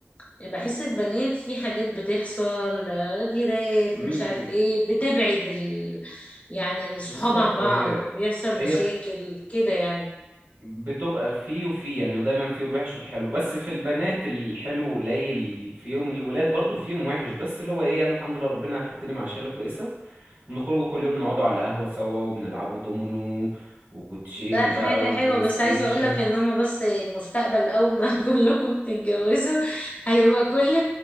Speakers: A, on the left; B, on the right.
A: يعني بحس البنات في حاجات بتحصل غيرات
B: مم،
A: مش عارف ايه بتبعد ال... يعني الصحاب
B: بالظبط
A: عن بعض
B: هي
A: بيحصل
B: هي
A: مشاكل كده يعني
B: بتبقى فيه وفيه يعني ودايما فيه الوحش وفيه الحلو بس في البنات الحلو قليل فيهم الولاد برضو فيهم وحش بس اللي هو ايه انا الحمد لله ربنا حطني مع شله كويسه بنخرجوا كل يوم نقعدوا على القهوه سوا وبنلعبوا دومينو وكوتشينه
A: ده
B: بقى
A: حاجة حلوة
B: وبلاي
A: بس
B: ستيشن
A: عايزة اقولك ان هما بس المستقبل اول ما <laughs> كلكم تتجوزوا هيبقى كل